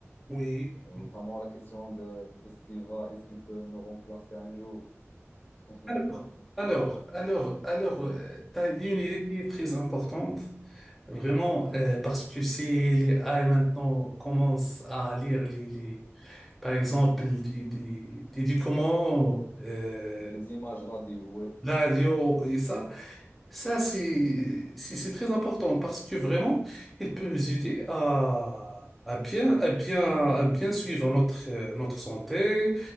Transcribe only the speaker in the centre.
oui.
Alors, alors, alors, alors, tu as dit une idée qui est très importante, vraiment, euh, parce que si les A AI maintenant commencent à lire les, les- par exemple, des, des, des documents, euh,
radio et ça, ça, c'est c'est c'est très important parce que vraiment, il peut nous aider à, à bien à bien à bien suivre notre euh, notre santé